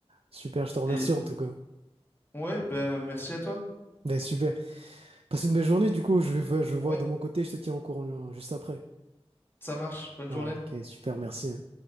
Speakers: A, on the right (about 60°); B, on the left (about 20°).
A: super, je te remercie
B: Et
A: en tout cas.
B: ouais, ben merci à toi.
A: Ben, super. Passe une belle journée, du coup, je vais, je vais
B: Ouais,
A: voir de mon côté, je te tiens au courant euh, juste après.
B: ça marche. Bonne
A: Ah,
B: journée.
A: ok, super, merci. hein.